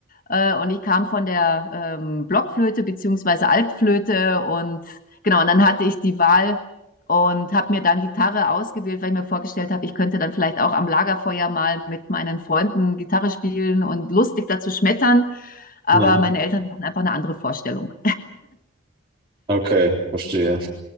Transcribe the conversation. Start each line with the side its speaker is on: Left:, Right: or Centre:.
Left: äh, und ich kam von der ähm, Blockflöte beziehungsweise Altflöte und genau, und dann hatte ich die Wahl und habe mir dann Gitarre ausgewählt, weil ich mir vorgestellt habe, ich könnte dann vielleicht auch am Lagerfeuer mal mit meinen Freunden Gitarre spielen und lustig dazu schmettern. Aber
Right: ja,
Left: meine Eltern hatten einfach eine andere Vorstellung.
Right: okay, verstehe.